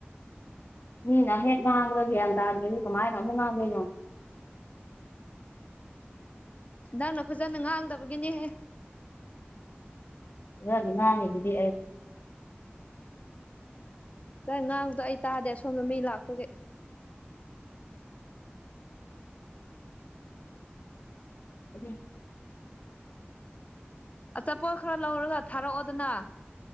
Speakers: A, on the left; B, on the left.
A: ꯃꯤꯅ ꯍꯦꯛ ꯉꯥꯡꯕ ꯒꯌꯥꯟ ꯇꯥꯗ꯭ꯔꯒꯗꯤ ꯀꯃꯥꯏꯅ ꯑꯃꯛ ꯉꯥꯡꯗꯣꯏꯅꯣ
B: ꯅꯪꯅ ꯐꯖꯅ ꯉꯥꯡꯗꯕꯒꯤꯅꯦꯍꯦ
A: ꯂꯅꯥꯗꯤ
B: ꯁ ꯉꯥꯡꯗꯣ ꯑꯩ ꯇꯥꯗꯦ ꯁꯣꯝꯗ ꯃꯤ ꯂꯥꯛꯄꯒꯤ
A: ꯎꯝ
B: ꯑꯆꯥꯄꯣꯠ ꯈꯔ ꯂꯧꯔꯒ ꯊꯥꯔꯛꯑꯣꯗꯅ